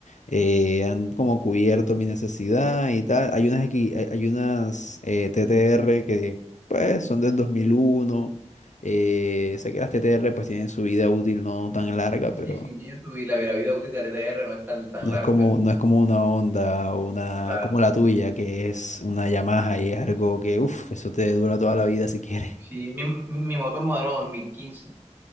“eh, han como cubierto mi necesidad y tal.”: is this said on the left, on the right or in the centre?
Left